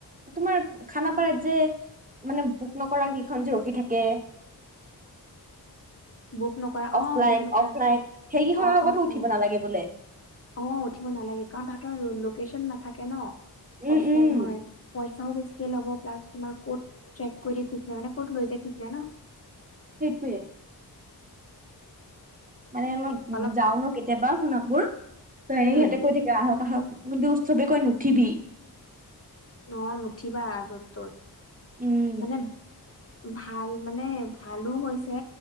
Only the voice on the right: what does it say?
তোমাৰ খানাপাৰাত যে মানে পোক নকৰাৰাক কেইখন যে ৰখি থাকে।
অফলাইন-
অফলাইন
সেইকেইখনৰ
লগতো
উঠিব
নালাগে বোলে।
উম
উম
সেইটোৱেই। মানে মই
যাও ন কেতিয়াবা সোণাপুৰ ত এনে
সিহঁতে কৈ থাকা আহ। ষ কি উৎসৱে কৈ নুঠিবি।
উম